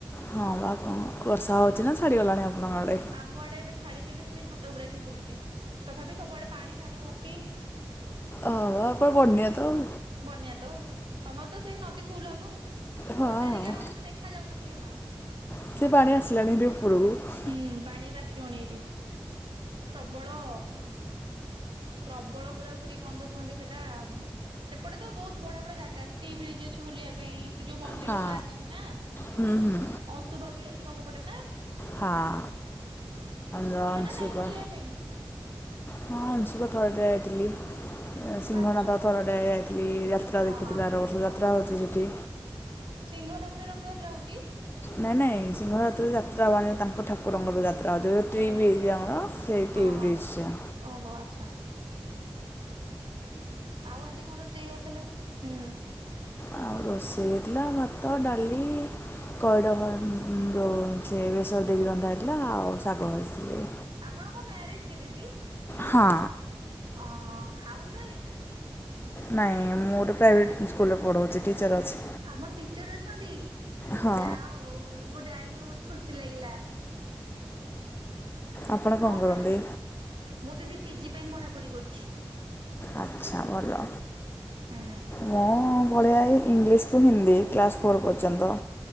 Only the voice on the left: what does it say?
ହଁ ବା କଣ ବର୍ଷା ହଉଛି ନା, ଛାଡ଼ି ଗଲାଣି ଆପଣଙ୍କ ଆଡ଼େ?
ଅଁ ଅଁ ଆପଣ ବନ୍ୟା ତ୍ ଆଉ
ହଁ
ହଁ।
<unintelligible>
ହଁ
ହୁଁ ହୁଁ
ହଁ। ର ଅସୁଂବ
ହଁ ଅଂଶୁକ ଥରେ ଯାଇଥିଲି। ସିଂହନାଥ
ଥରଟେ ଯାଇଥିଲି ଯାତ୍ରା
ଦେଖିଥିଲି
ଆର ବର୍ଷ ଯାତ୍ରା ହଉଛି ସେଠୀ।
ନାଇଁ ନାଇଁ ସିଂଘଂରଥରେ ଯାତ୍ରା ହବନି ତାଙ୍କ ଠାକୁରଙ୍କର ଯାତ୍ରା ହଉଚି ଏବେ ଟି
ବ୍ରିଜ୍ ଆମର ସେଇ
ଟି
ବ୍ରିଜ୍ ସିୟା।
ଆଉ ରୋଷେଇ ହେଇଥିଲା ଭାତ ଡାଲି <unintelligible> ଯୋଉ ସେ ବେସର ଦେଇକି ରନ୍ଧା ହେଇଥିଲା ଆଉ ଶାଗ ଭାଜିଥିଲେ।
ହଁ।
ନାଇଁ ମୁଁ ଗୋଟେ ପ୍ରାଇଭେଟ ସ୍କୁଲରେ ପଢ଼ଉଛି ଟିଚର ଅଛି।
ହଁ
ଆପଣ
କରନ୍ତି
ଆଚ୍ଛା ଭଲ
ମୁଁ ପଢ଼ାଏ ଇଂଲିସ୍। ହିନ୍ଦୀ କ୍ଲାସ୍ ଫୋର୍ ପର୍ଯ୍ୟନ୍ତ।